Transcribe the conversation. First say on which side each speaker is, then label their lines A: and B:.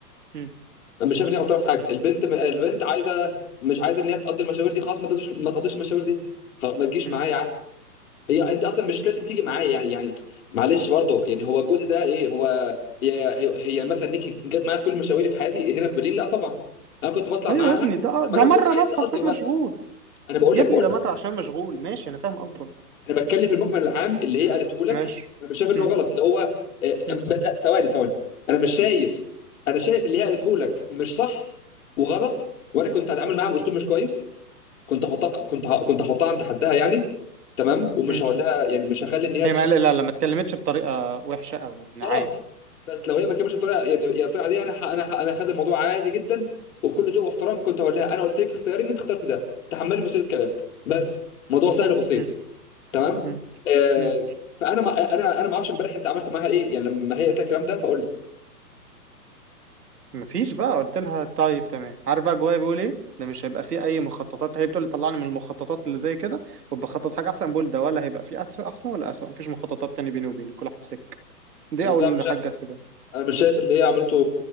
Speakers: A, on the right; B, on the left.
A: م?
B: مش شايف ان هي غلطانه في حاجه البنت البنت عايزه مش عايزه ان هي تقضي المشاوير دي خلاص ما تقضيش ما تقضيش المشاوير دي خلاص ما تجيش
A: م?
B: معايا هي انت اصلا مش لازم تيجي معايا يعني يعني معلش برضه يعني هو الجزء ده ايه هو هي هي, هي مثلا نيكي جت معايا في كل مشاويري في حياتي هنا في برلين لا طبعا انا كنت بطلع
A: ايوه
B: معاها
A: يا ابني ده آه،
B: لما
A: ده
B: انا
A: مره
B: بكون عايز
A: بس
B: اقضي
A: عشان
B: وقت
A: مشغول
B: انا بقول
A: يا
B: لك
A: ابني
B: بقول
A: ده
B: لك
A: مره عشان مشغول ماشي انا فاهم قصدك
B: انا بتكلم في المجمل العام اللي هي
A: مم.
B: قالته لك
A: ماشي
B: انا مش شايف انه
A: مم.
B: غلط اللي هو آه،
A: مم.
B: ب- لا ثواني ثواني انا مش شايف انا شايف اللي هي قالته لك مش صح وغلط وانا كنت هتعامل معاها باسلوب مش كويس كنت احطها كنت ه- كنت احطها عند حدها يعني تمام ومش
A: مم.
B: هقول لها يعني مش هخلي ان هي
A: هي ما لا لا لا، ما اتكلمتش بطريقه وحشه قوي يعني
B: خلاص
A: عادي
B: بس لو هي ما كملتش بطريقه يعني يعني بطريقه عاديه انا ح... انا ح... انا هخلي الموضوع عادي جدا وبكل ذوق واحترام كنت هقول لها انا قلت لك اختياري ان انت اخترت ده تحملي مسؤوليه كلامك بس موضوع سهل وبسيط
A: مم.
B: تمام
A: مم.
B: آه...
A: مم.
B: فانا ما... انا انا ما اعرفش امبارح انت عملت معاها ايه يعني لما هي قالت لك الكلام ده فقول لي
A: مفيش بقى قلت لها طيب تمام عارف بقى جوايا بيقول ايه ده مش هيبقى فيه اي مخططات هي بتقول لي طلعني من المخططات اللي زي كده وبخطط حاجه احسن بقول ده ولا هيبقى فيه أسوأ احسن ولا اسوء مفيش مخططات تاني بيني وبينك كل واحد في سكه دي
B: انا
A: اول
B: بصراحه مش شايف
A: حاجه جت في بالي
B: انا مش شايف اللي هي عملته